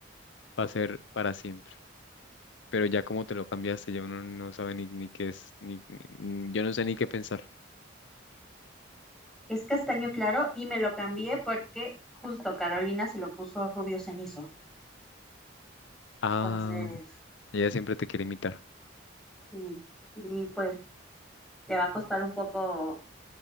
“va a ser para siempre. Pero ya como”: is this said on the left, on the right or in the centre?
Left